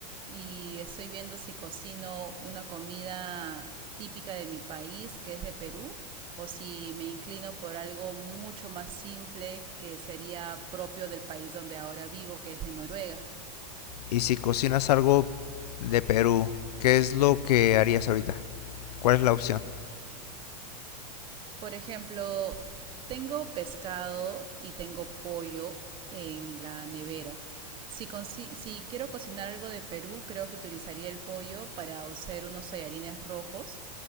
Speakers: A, on the right; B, on the left.
A: y estoy viendo si cocino una comida típica de mi país, que es de Perú, o si me inclino por algo mucho más simple que sería propio del país donde ahora vivo, que es de Noruega.
B: Y si cocinas algo de Perú, ¿qué es lo que harías ahorita? ¿Cuál es la opción?
A: Por ejemplo, tengo pescado y tengo pollo en la nevera. Si, consi- si quiero cocinar algo de Perú, creo que utilizaría el pollo para hacer unos tallarines rojos.